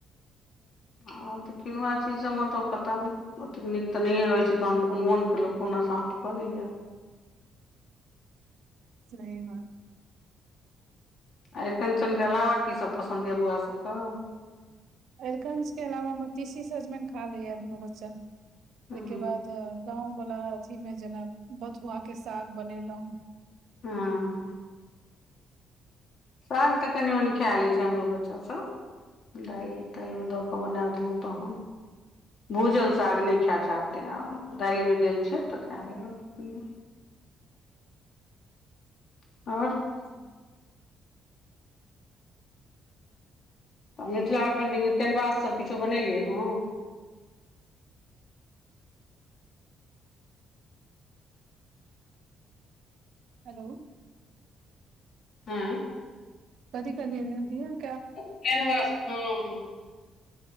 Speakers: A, on the left; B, on the right.
A: आब तऽ किनुआ चीज सब मे त पता नहि ओतेक नीक तऽ नहिए रहैत छै तहन तऽ अपन मोनके लोक कहुना शान्त कऽ लैए।
B: सही बात
A: आ अरिकंचनके अलावा कीसब पसन्द यए बौआ सबके?
B: अरिकंज के अलावा मे तीशी सजमनि खा लै या दुनू बच्चा
A: हूँ
B: ओय के बाद त गाँंवबला अथी मे जेना बथुआ के साग बनेलहुं।
A: हँ साग तऽ कनि मनी खा लै छै हमरो बच्चा सब। दालि तालिमे दऽ कऽ बना देलहुँ तहन भूजल साग नहि खाय चाहतै आ दालिमे देल छै तऽ खा लेलक। आओर
B: हूं
A: आ मिथिला पेन्टिंग कैनवाससब किछो बनेलियै हँ?
B: हेलो
A: हँ
B: कथी कहलियैन हं दी अहां
A: कैनवास हं